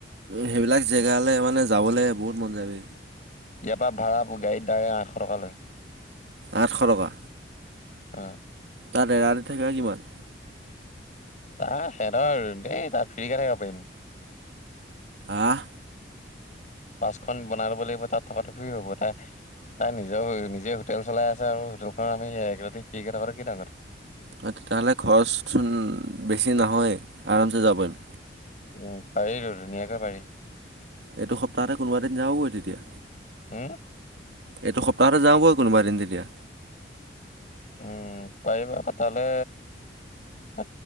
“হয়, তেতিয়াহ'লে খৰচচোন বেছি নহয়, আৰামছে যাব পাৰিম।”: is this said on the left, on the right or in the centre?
Right